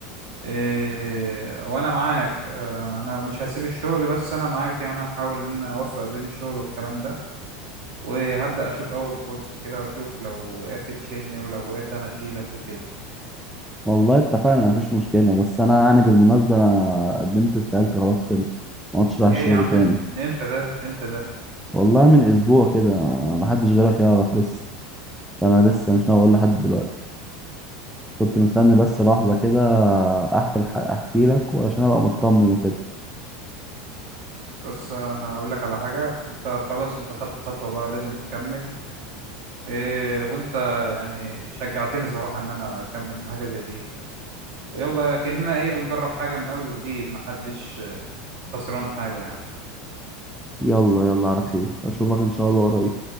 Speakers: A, on the right; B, in the centre.
A: إيه وانا معاك آه، انا مش هسيب الشغل بس انا معاك يعني هحاول ان انا اوفق بين الشغل والكلام ده وهبدا اشوف اول كورس كده واشوف لو وقعت تشيلني ولو وقعت انا اشيلك وكده
B: والله اتفقنا مفيش مشكله بس انا يعني بالمناسبه انا قدمت استقالتي خلاص كده ما عدتش رايح
A: ايه
B: الشغل
A: يا عم
B: تاني
A: من امتى ده امتى ده
B: والله من اسبوع كده محدش غيرك يعرف لسه فانا لسه مش ناوي اقول لحد دلوقتي كنت مستني بس لحظة كده أحكي الح- أحكي لك وعشان أبقى مطمن وكده
A: بس انا اقول لك على حاجه انت خلاص انت خدت خطوه بقى لازم تكمل إيه وانت يعني شجعتني صراحه ان انا اكمل في حاجه زي دي يلا كاننا ايه بنجرب حاجه من اول وجديد محدش خسران حاجه يعني
B: يلا يلا على خير أشوفك إن شاء الله قريب